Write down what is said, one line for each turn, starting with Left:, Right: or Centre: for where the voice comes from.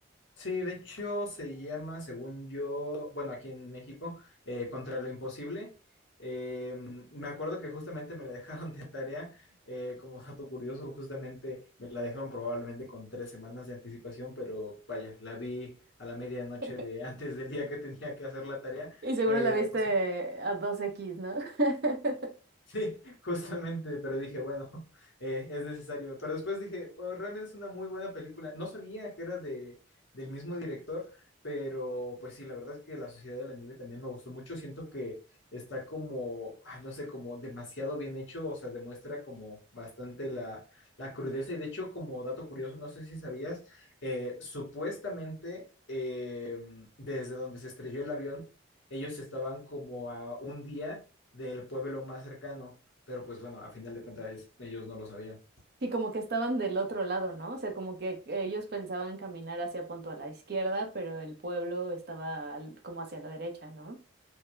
Left: Sí, de hecho se llama, según yo, bueno, aquí en México, eh, Contra lo Imposible. Eh, me acuerdo que justamente me la <laughs> dejaron de tarea, eh, como dato curioso, justamente me la dejaron probablemente con tres semanas de anticipación, pero vaya, la vi a la medianoche
Right: <laughs>
Left: de antes del día que tenía que hacer la tarea,
Right: Y seguro
Left: pero
Right: la viste
Left: pues,
Right: a 2X, ¿no? <laughs>
Left: Sí, <laughs> justamente, pero dije, bueno, <laughs> eh, es necesario. Pero después dije, "Bueno, realmente es una muy buena película. No sabía que era de, del mismo director, pero pues sí, la verdad es que La Sociedad de la Nieve también me gustó mucho. Siento que está como, ay, no sé, como demasiado bien hecho, o sea, demuestra como bastante la, la crudeza. Y de hecho, como dato curioso, no sé si sabías, eh, supuestamente eh, desde donde se estrelló el avión, ellos estaban como a un día del pueblo más cercano, pero pues bueno, a final de cuentas es- ellos no lo sabían.
Right: Sí, como que estaban del otro lado, ¿no? O sea, como que ellos pensaban caminar hacia punto a la izquierda, pero el pueblo estaba al- como hacia la derecha, ¿no?